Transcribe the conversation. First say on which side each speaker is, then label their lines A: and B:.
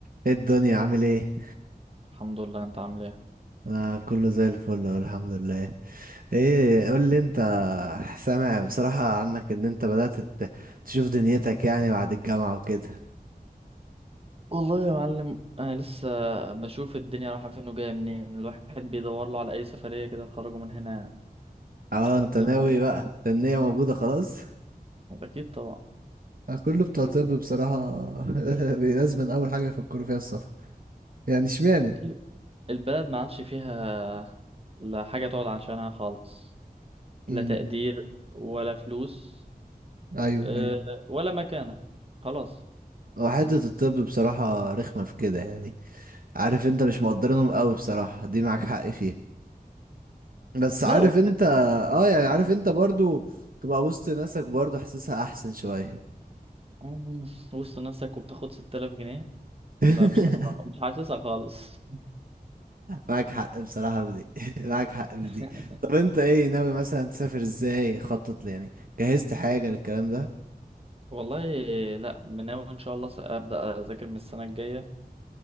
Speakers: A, on the right (about 65°); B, on the right (about 35°).
A: ايه الدنيا عامل ايه؟
B: الحمد لله انت عامل ايه
A: انا كله زي الفل أهو، الحمد لله ايه قول لي انت سامع بصراحة عنك ان انت بدأت ت- تشوف دنيتك يعني بعد الجامعة وكده
B: والله يا معلم انا لسه بشوف الدنيا رايحه فين وجايه منين الواحد بيدور له على اي سفريه كده تخرجه من هنا يعني.
A: اه
B: لحد
A: انت ناوي
B: ما
A: بقى انت النية موجودة خلاص
B: اكيد طبعا
A: آه، كله بتوع
B: ال-
A: طب بصراحة <laughs> بي- لازم أول حاجة يفكروا فيها السفر يعني اشمعنى؟
B: ال- البلد ما عادش فيها لا حاجه تقعد عشانها خالص
A: مم.
B: لا تقدير ولا فلوس
A: أيوه
B: اه،
A: أيوه
B: ولا مكانه خلاص
A: وحتة الطب بصراحة رخمة في كده يعني عارف انت مش مقدرينهم قوي بصراحة دي معاك حق فيها بس عارف
B: لو
A: انت اه يعني عارف انت برضو تبقى وسط ناسك برضو حاسسها احسن شوية
B: مم، وسط نفسك وبتاخد 6000 جنيه
A: <laughs>
B: لا مش حاسسها مش حاسسها خالص
A: معاك حق بصراحة في دي <laughs> معاك حق في
B: <laughs>
A: دي طب انت ايه ناوي مثلا تسافر ازاي خطط لي يعني جهزت حاجة للكلام ده
B: والله لا مناوي ان شاء الله س- ابدا اذاكر من السنه الجايه